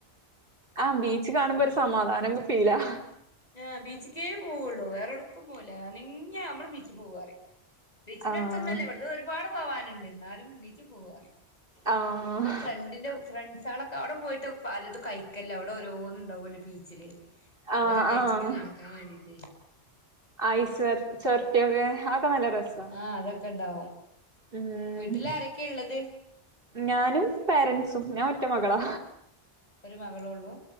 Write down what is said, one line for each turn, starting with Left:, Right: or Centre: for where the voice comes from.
Right: ആഹ്, ബീച്ച് കാണുമ്പോരു സമാധാനം ക്കെ ഫീലാ.
Left: ആഹ്. ബീച്ച്ക്കേ പോവുള്ളൂ. വേറോട്ക്കും പോവൂല. അനങ്യ അമ്മള് ബീച് പോവാറിം. ബീച്ചിന്റെ
Right: ആഹ്
Left: അടുത്തൊന്നുംല്ല. ഇവ്ട്ന്ന് ഒരുപാട് പോവാനുണ്ട്. ന്നാലും, ബീച്ച് പോവാറിം.
Right: ആഹ്
Left: ഓലെ ഫ്രണ്ടിന്റെ, ഫ്രണ്ട് ണ്ടാളൊക്കെ അവിടെ പോയിട്ട് പലതും കഴിക്കല്ല്. അവിടെ ഒരോന്ന് ണ്ടാവൊല്ലോ ബീച്ചില്.
Right: ആഹ്
Left: അതൊക്കെ കഴിച്ച്
Right: ആഹ്.
Left: ങ്ങനെ നടക്കാൻ വേണ്ടീട്ടേയ്
Right: ഐസ് ഒർ, ചൊർട്ടിയൊക്കെ, അതക്കെ നല്ല രസാ
Left: ആഹ് അതൊക്കെണ്ടാവും.
Right: ഉം
Left: വീട്ടിലാരൊക്കെള്ളത്?
Right: ഞാനും പാരന്റ്സും. ഞാൻ ഒറ്റ മകളാ.
Left: ഒരു മകളൊള്ളൂ?